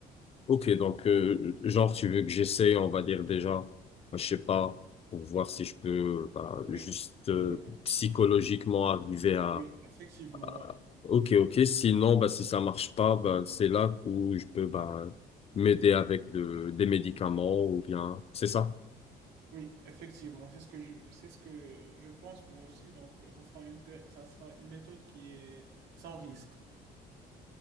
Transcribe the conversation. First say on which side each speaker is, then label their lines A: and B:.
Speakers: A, on the left; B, on the right.
A: Ok, donc euh, genre tu veux que j'essaie, on va dire déjà, euh, je sais pas, pour voir si je peux bah,
B: Oui,
A: juste euh,
B: oui,
A: psychologiquement arriver à,
B: oui, effectivement,
A: à-
B: ouais.
A: Ok, ok, sinon bah, si ça marche pas, bah, c'est là où je peux bah, m'aider avec de, des médicaments ou bien... C'est ça?
B: Oui, effectivement, c'est ce que je, c'est ce que je pense moi aussi. Donc, euh, ça sera une, thé- ça sera une méthode qui est sans risque.